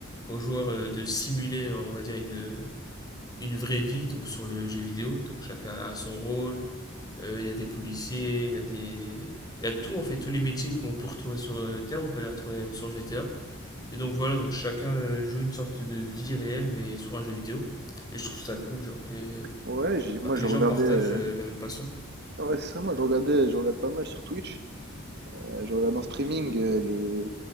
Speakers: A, on the left; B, on the right.
A: aux joueurs euh, de simuler, on va dire une une vraie vie donc sur le jeu vidéo. Donc chacun a son rôle. Euh, Il y a des policiers, il y a des, il y a tout en fait tous les métiers qu'on peut retrouver sur euh, Terre, on peut les retrouver sur GTA. Et donc voilà, donc chacun euh, joue une sorte de vie réelle, mais sur un jeu vidéo. Et je trouve ça cool, genre que,
B: Ouais, j'ai- moi
A: bah, que
B: je
A: les
B: regardais.
A: gens partagent
B: euh,
A: euh, la même passion.
B: Ouais, c'est ça, moi je regardais, je regarde pas mal sur Twitch. Euh, je regarde en streaming euh, les